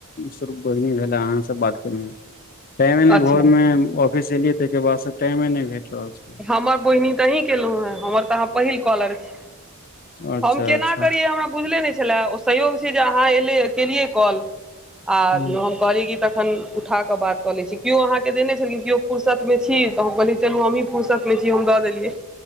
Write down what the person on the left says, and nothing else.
शुरू बोहिनी भेला अहा से बात टाइमे
ने भोर
मे ऑफिस एलियै तइ के बाद स टाइमे नहि भेट रहल छै
अच्छा
अच्छा
हूँ